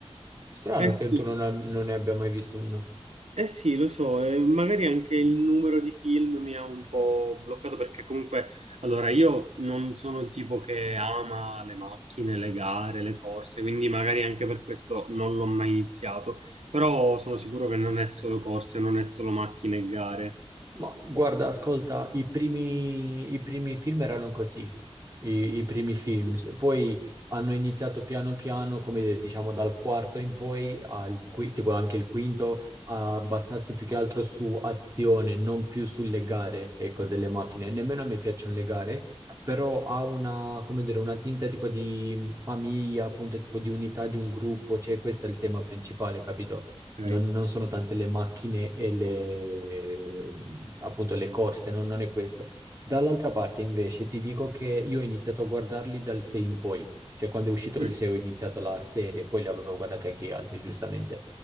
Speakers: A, on the right; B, on the right.
A: Strano
B: eh
A: che
B: sì.
A: tu non, ab- non ne abbia mai visto uno.
B: Eh sì, lo so, e magari anche il numero di film mi ha un po' bloccato perché comunque, allora, io non sono il tipo che ama le macchine, le gare, le corse, quindi magari anche per questo non l'ho mai iniziato, però sono sicuro che non è solo corse, non è solo macchine e gare.
A: Ma guarda, ascolta, i primi, i primi film erano così, i, i primi film. S- Poi hanno iniziato piano piano, come dire, diciamo dal quarto in poi, al qui- tipo anche il quinto, a basarsi più che altro su azione, non più sulle gare, ecco, delle macchine. E Nemmeno a me piacciono le gare, però ha una, come dire, una tinta tipo di famiglia, appunto, tipo di unità di un gruppo, cioè questo è il tema principale, capito?
B: Ok.
A: Non, non sono tante le macchine e le, appunto, le corse, non, non è questo. Dall'altra parte, invece, ti dico che io ho iniziato a guardarli dal 6 in poi, cioè quando è uscito
B: Mm,
A: il 6 ho iniziato la serie, poi li avevo guardati anche gli altri, giustamente.